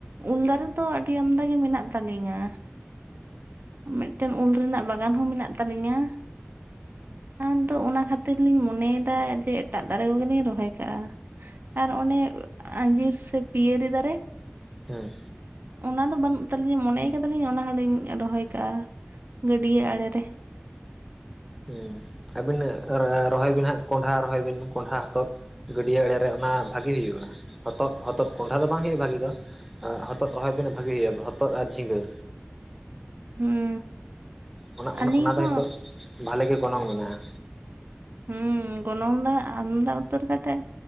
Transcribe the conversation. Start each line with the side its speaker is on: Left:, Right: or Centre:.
Right: ᱩᱞ ᱫᱟᱨᱮ ᱫᱚ ᱟᱹᱰᱤ ᱟᱢᱫᱟ ᱜᱮ ᱢᱮᱱᱟᱜ ᱛᱟᱞᱤᱧᱟ ᱢᱤᱫᱴᱮᱱ ᱩᱞ ᱨᱮᱱᱟᱜ ᱵᱟᱜᱟᱱ ᱦᱚᱸ ᱢᱮᱱᱟᱜ ᱛᱟᱹᱟᱞᱤᱧᱟ ᱟᱫᱚ ᱚᱱᱟ ᱠᱷᱟᱹᱛᱤᱨ ᱞᱤᱧ ᱢᱚᱱᱮᱭᱮᱫᱟ ᱡᱮ ᱮᱴᱟᱜ ᱫᱟᱨᱮ ᱠᱚᱜᱮᱞᱤᱧ ᱨᱚᱦᱚᱭ ᱠᱟᱜᱼᱟ ᱟᱨ ᱚᱱᱮ ᱟᱸᱡᱤᱨ ᱥᱮ ᱯᱤᱭᱟᱹᱨᱤ ᱫᱟᱨᱮ
Centre: ᱦᱮᱸ
Right: ᱚᱱᱟ ᱫᱚ ᱵᱟᱹᱱᱩᱜ ᱛᱟᱹᱞᱤᱧᱟ ᱢᱚᱱᱮᱭ ᱠᱟᱫᱟᱞᱤᱧ ᱚᱱᱟ ᱦᱚᱸᱞᱤᱧ ᱨᱚᱦᱚᱭ ᱠᱟᱜᱼᱟ ᱜᱟᱹᱰᱭᱟᱹ ᱟᱲᱮ ᱨᱮ
Centre: ᱦᱸ ᱟᱵᱤᱱ ᱨᱚᱦᱚᱭ ᱵᱤᱱ ᱦᱟᱸᱜ ᱠᱚᱸᱰᱷᱟ ᱨᱚᱦᱚᱭ ᱵᱤᱱ ᱠᱚᱸᱰᱷᱟ ᱦᱚᱛᱚᱜ ᱜᱟᱹᱰᱭᱟᱹ ᱮᱲᱮᱨᱮ ᱚᱱᱟ ᱵᱷᱟᱜᱤ ᱦᱩᱭᱩᱜᱼᱟ ᱦᱚᱛᱚᱫ ᱠᱚᱸᱰᱷᱟ ᱫᱚ ᱵᱟᱝ ᱦᱩᱭᱩᱜᱼᱟ ᱵᱷᱟᱹᱜᱤ ᱫᱚ ᱟᱨ ᱦᱚᱛᱚᱫ ᱨᱚᱦᱚᱭ ᱵᱤᱱ ᱵᱷᱟᱹᱜᱮ ᱦᱩᱭᱩᱜᱼᱟ ᱦᱚᱛᱚᱫ ᱟᱨ ᱡᱷᱤᱸᱜᱟᱹ
Right: ᱦᱩᱸ
Centre: ᱚᱱᱟ
Right: ᱟᱹᱞᱤᱧ
Centre: ᱚᱱᱟ ᱫᱚ
Right: ᱦᱚᱸ
Centre: ᱦᱚᱛᱚᱜ ᱵᱷᱟᱞᱮ ᱜᱮ ᱜᱚᱱᱚᱝ ᱢᱮᱱᱟᱜᱼᱟ
Right: ᱦᱩᱸ ᱜᱚᱱᱚᱝ ᱫᱚ ᱟᱢᱫᱟ ᱩᱛᱟᱹᱨ ᱠᱟᱛᱮᱜ